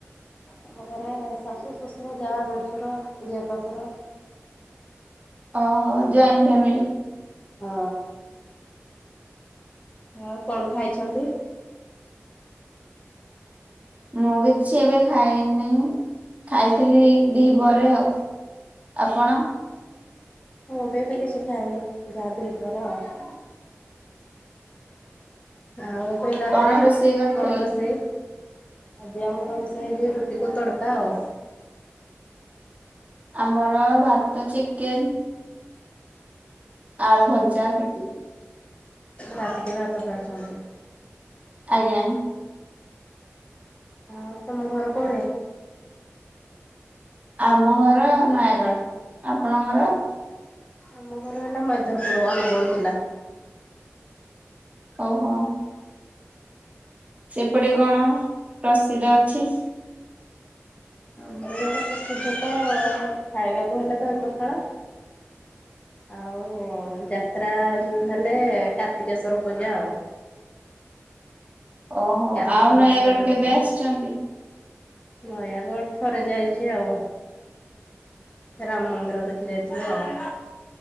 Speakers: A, on the left; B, on the right.
A: ଆମ ଘରେ ଶାଶୁ ଶଶୁର ଯା ଦେଢ଼ଶୁର ଜେପାଶୁର।
B: ଓହୋ ଜଏଣ୍ଟ ଫ୍ୟାମିଲି।
A: ହଁ। ଆଉ କଣ ଖାଇଛନ୍ତି?
B: ମୁଁ କିଛି ଏବେ ଖାଇନାହିଁ ଖାଇଥିଲି ଦି ପହର ପରେ ଆଉ। ଆପଣ?
A: ମୁଁ ଏବେ ବି କିଛି ଖାଏନି ଯା ଦୁଇ ପହର ଆଉ। ଆଉ ଏବେ ରାତିରେ
B: କଣ ରୋଷେଇ କରିଥିଲେ?
A: କଣ ରୋଷେଇ? ଆଜି ଆମର ରୋଷେଇ ହେଇଯିବ ରୁଟି କୁ ତଡକା ଆଉ।
B: ଆମର ଭାତ ଚିକେନ। ଆଳୁ ଭଜା ସେତିକି।
A: ରାତିକି ଭାତ ଖାଉଛନ୍ତି।
B: ଆଜ୍ଞା।
A: ଆଉ ତମ ଘର କୋଉଠେ?
B: ଆମ ଘର ନୟାଗଡ଼ ଆପଣଙ୍କର?
A: ଆମ ଘର ହେଲା ମଇଧରପୁର ଅନୁଗୁଳ ଜିଲ୍ଲା।
B: ଓ ହଁ ସେ ପଟେ କଣ ପ୍ରସିଦ୍ଧ ଅଛି?
A: ଆମର ଇଆଡ଼େ ପ୍ରସିଦ୍ଧ ତ ଖାଇବାକୁ ହେଲେ ଦହି ପଖାଳ। ଆଉ ଯାତ୍ରା ଯୋଉ ହେଲେ କାର୍ତ୍ତିକେଶ୍ୱର ପୂଜା ଆଉ।
B: ଓହୋ
A: କାର୍ତ୍ତିକ
B: ଆଉ ନୟାଗଡ଼
A: ମାସରେ ଯୋଉ
B: କେବେ
A: ପୂଜା ହୁଏ।
B: ଆସିଚନ୍ତି।
A: ନୟାଗଡ଼ ଥରେ ଯାଇଚି ଆଉ। ରାମ ମନ୍ଦିର ଦେଖି ଯାଇଥିଲୁ ଆଉ।